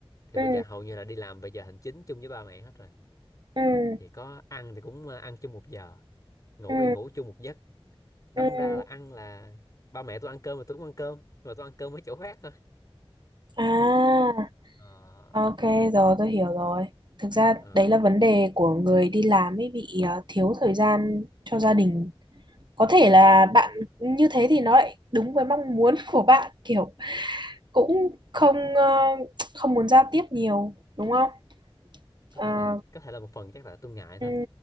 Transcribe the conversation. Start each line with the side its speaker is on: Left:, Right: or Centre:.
Left: thì
Right: ừ
Left: bây giờ hầu như là đi làm về giờ hành chính chung với ba mẹ hết rồi
Right: ừ
Left: thì có ăn thì cũng ờ, ăn chung một giờ ngủ
Right: ừ
Left: thì ngủ chung một giấc đâm
Right: ừ
Left: ra là ăn là ba mẹ tôi ăn cơm mà tôi cũng ăn cơm mà tôi ăn cơm ở chỗ khác thôi
Right: à
Left: Ờ,
Right: Ok, rồi tôi hiểu rồi. Thực ra
Left: ờ,
Right: đấy là vấn đề của người đi làm ấy bị ờ, thiếu thời gian cho gia đình. Có thể
Left: ừ.
Right: là bạn như thế thì nó lại đúng với mong muốn <laughs> của bạn kiểu cũng không ờ, không muốn giao tiếp nhiều đúng không?
Left: có
Right: Ờ,
Left: thể là có thể là một phần chắc là tôi ngại
Right: ừ,
Left: thôi